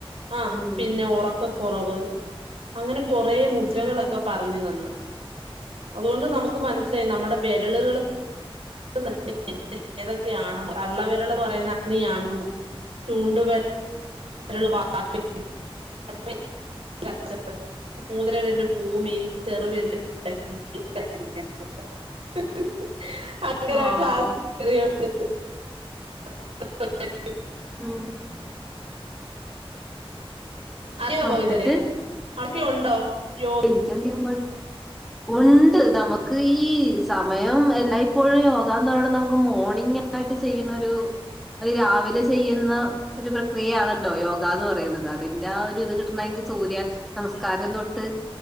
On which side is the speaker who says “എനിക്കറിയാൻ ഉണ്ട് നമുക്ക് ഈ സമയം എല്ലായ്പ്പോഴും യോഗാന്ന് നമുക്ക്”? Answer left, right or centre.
Centre